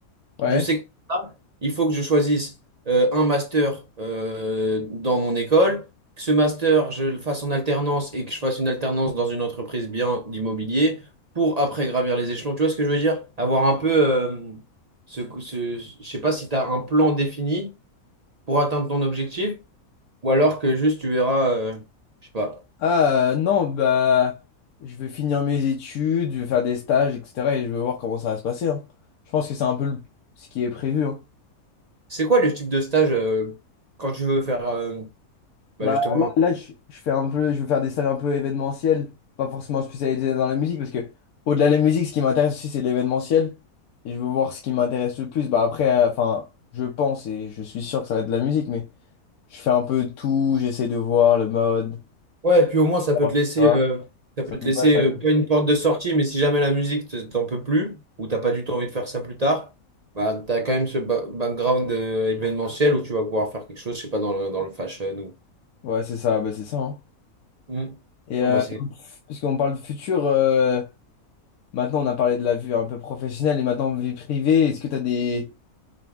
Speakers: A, on the left; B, on the right.
A: Ouais.
B: Je sais que là, il faut que je choisisse euh, un master euh, dans mon école, que ce master, je le fasse en alternance et que je fasse une alternance dans une entreprise bien d'immobilier pour après gravir les échelons. Tu vois ce que je veux dire? Avoir un peu euh, ce, ce, je sais pas si tu as un plan défini pour atteindre ton objectif ou alors que juste tu verras, euh, je sais pas.
A: Ah euh, non, bah je vais finir mes études, je vais faire des stages, etc. Et je vais voir comment ça va se passer. hein. Je pense que c'est un peu le- ce qui est prévu. hein.
B: C'est quoi le type de stage euh, quand tu veux faire euh, bah,
A: Bah
B: justement
A: là, là, je, je fais un peu, je vais faire des stages un peu événementiels, pas forcément spécialisés dans la musique, parce que au-delà de la musique, ce qui m'intéresse aussi, c'est l'événementiel. Et je veux voir ce qui m'intéresse le plus. Bah après, euh, enfin, je pense et je suis sûr que ça va être de la musique, mais je fais un peu tout, j'essaie de voir le mode,
B: Ouais, et puis au moins, ça
A: etc.
B: peut te laisser, euh, ça
A: Ça
B: peut te
A: me,
B: laisser
A: ouais, ça me-
B: euh, pas une porte de sortie, mais si jamais la musique, te- t'en peux plus, ou t'as pas du tout envie de faire ça plus tard, bah, t'as quand même ce ba- background euh, événementiel où tu vas pouvoir faire quelque chose, je sais pas, dans le, dans le fashion ou...
A: Ouais, c'est ça, bah, c'est ça. hein.
B: Hmm.
A: Et
B: Ah
A: euh,
B: bah, c'est-
A: dans puisqu'on parle de futur, euh, maintenant on a parlé de la vue un peu professionnelle et maintenant vie privée, est-ce que tu as des,